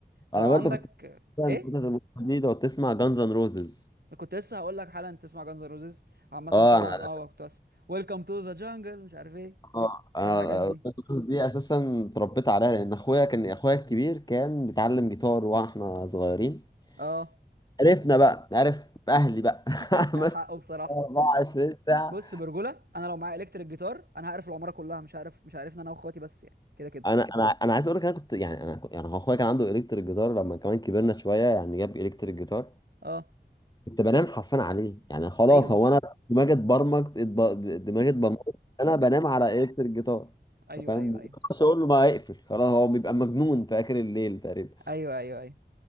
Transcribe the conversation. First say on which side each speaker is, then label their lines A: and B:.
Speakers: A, on the left (about 20°); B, on the right (about 60°).
A: <laughs>
B: طب
A: انا
B: عندك
A: برضه كنت فتره
B: ايه
A: الإيمو دي لو تسمع جانز ان روزز
B: أنا كنت لسه هقول لك حالا تسمع جانز روزيز عامه طبعا
A: اه انا
B: اه كنت بس ويلكم تو ذا جانجل مش عارف ايه
A: اه انا
B: ايه الحاجات دي
A: Guns N' Roses دي اساسا اتربيت عليها لان اخويا كان اخويا الكبير كان بيتعلم جيتار واحنا صغيرين
B: اه
A: عرفنا بقى عرف اهلي بقى <laughs>
B: <laughs>
A: مثلا
B: حقه بصراحه
A: 24
B: بص
A: ساعه
B: برجوله انا لو معايا الكتريك جيتار انا هقرف العماره كلها مش عارف مش عارف انا واخواتي بس يعني كده كده
A: انا انا انا عايز اقول لك انا كنت يعني انا كنت- يعني هو اخويا كان عنده الكتريك جيتار لما كمان كبرنا شويه يعني جاب الكتريك جيتار
B: اه
A: كنت بنام حرفيا عليه يعني خلاص
B: ايوه
A: هو انا دماغي اتبرمجت اتب- دماغي اتبرمجت انا بنام على الكتريك جيتار
B: ايوه
A: فاهم
B: ايوه
A: ما
B: ايوه
A: اقدرش اقول له ما يقفل خلاص هو بيبقى مجنون في اخر الليل تقريبا
B: ايوه ايوه ايوه